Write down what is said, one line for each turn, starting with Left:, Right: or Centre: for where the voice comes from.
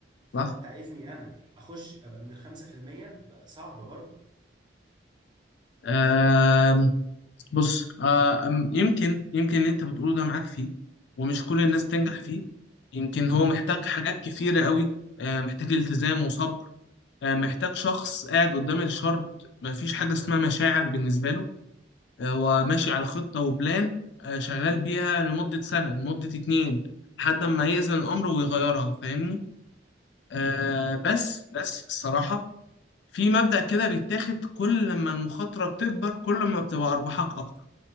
Right: فانت
Left: صح
Right: عايزني انا اخش ابقى من ال 5% بقى صعب برضه
Left: آم، بص آم، يمكن يمكن اللي انت بتقوله ده معاك فيه ومش كل الناس بتنجح فيه يمكن هو محتاج حاجات كتيرة قوي آه، محتاج التزام وصبر آه، محتاج شخص قاعد قدام الشر مفيش حاجة اسمها مشاعر بالنسبة له آه، هو ماشي على خطة وبلان آه، شغال بيها لمدة سنة لمدة اتنين لحد ما يأذن الأمر ويغيرها فاهمني آه بس بس الصراحة في مبدأ كده بيتاخد كل لما المخاطرة بتكبر كل ما بتبقى أرباحك أكتر